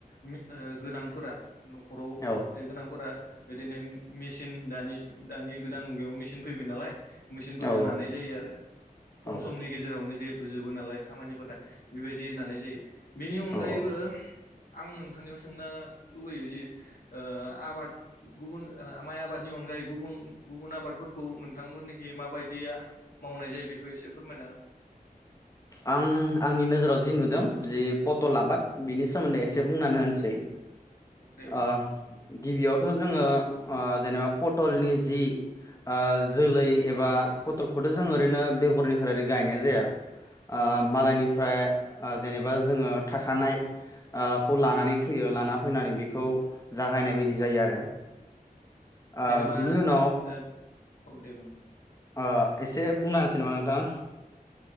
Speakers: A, on the left; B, on the left.
A: मि गोनांफोरा। न'खराव
B: औ
A: एसे गोनांफोरा। बिदिनो मेसिन दानि दानि। गोदान मुगायाव मेचिन फैबाय नालाय। मेचिनफोरजों
B: औ
A: नानाय जायो आरो खम
B: औ
A: समनि गेजेरावनो जिद। थ' जुबो नालाय खामानिफोरा। बेबायदि नानाय जायो। बेनि अनगायैबो।
B: औ औ
A: आं नोंथांनियाव सोंनो लुबैयोदि ओ आबाद गुबुन माइ आबादनि अनगायै गुबुन गुबुन आबादफोरखौ नोंथांमोननिखि माबायदि मावनाय जायो बेखौ। बे एसे फोरमायना हो,
B: आं आंनि नोजोराव जि नुदों जे। पट'लाबाद
A: औ
B: बिनि सोमोन्दै एसे
A: औ
B: बुंनानै होनोसै।
A: औ दे बुं
B: आ गिबियावथ' जोङो ओ जेनेबा पटलनि जि ओ जोलै एबा पटलखौथ' जों ओरैनो बेगरनिफ्राय ओरै गायनाय जाया। ओ
A: औ नंगौ
B: मालायनिफ्राय। ओ जेनेबा जोङो थाखानाय। ओ खौ लानानै
A: औ
B: फैयो लाना फैनानै बिखौ
A: औ
B: जागायनाय बाय दि जायो आरो।
A: औ
B: ओ
A: जेनेबा
B: बिनि उनाव
A: ओ औ दे बुं।
B: ओ एसे बुंना होनसै नामा नोंथां